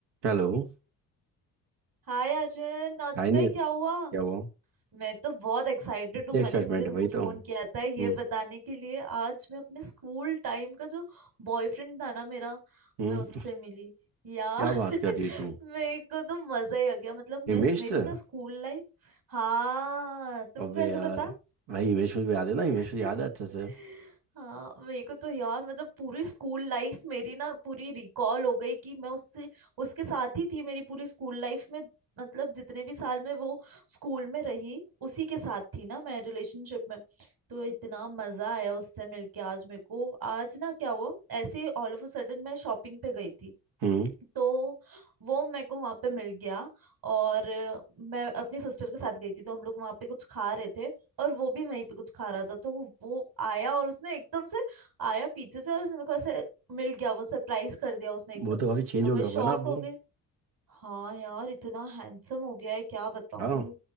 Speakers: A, on the right (about 70°); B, on the right (about 55°).
A: Hello
B: हाय अर्जुन आज
A: Hi
B: पता
A: Niyati
B: है क्या हुआ
A: क्या हुआ
B: मैं तो बहुत एक्साइटेड
A: क्या
B: हूँ मैंने
A: एक्साइटमेंट
B: इसलिए तुमको
A: है वही
B: फोन
A: तो हम्म
B: किया था ये बताने के लिए आज मैं अपने स्कूल टाइम का जो बॉयफ्रेंड था ना मेरा
A: हम्म
B: मैं उससे मिली यार
A: क्या बात
B: <laughs>
A: कर रही है तू
B: मेरे को तो मजा ही आ गया मतलब
A: हिमेश
B: मैं मेरी
A: से
B: ना स्कूल लाइफ हाँ तुमको
A: अबे
B: कैसे
A: यार
B: पता
A: भाई हिमेश मुझे याद है ना
B: <laughs>
A: हिमेश मुझे याद है अच्छे से
B: हाँ मेरे को तो यार मतलब पूरी स्कूल लाइफ मेरी ना पूरी रिकॉल हो गई कि मैं उससे उसके साथ ही थी मेरी पूरी स्कूल लाइफ में मतलब जितने भी साल में वो स्कूल में रही उसी के साथ थी ना मैं रिलेशनशिप में तो इतना मजा आया उससे मिलके आज मेरे को आज ना क्या हुआ ऐसे ऑल ऑफ अ सडन मैं शॉपिंग पे गई थी
A: हम्म
B: तो वो मेरे को वहां पे मिल गया और अ, मैं अपनी सिस्टर के साथ गई थी तो हम लोग वहां पे कुछ खा रहे थे और वो भी वहीं पे कुछ खा रहा था तो वो आया और उसने एकदम से आया पीछे से और उसने मेरे को ऐसे मिल गया वो सरप्राइज कर दिया उसने एकदम
A: वो तो काफी चेंज
B: तो
A: हो
B: मैं
A: गया होगा
B: शॉक
A: ना अब वो
B: हो गई हाँ यार इतना हैंडसम हो गया है क्या बताऊं
A: हाँ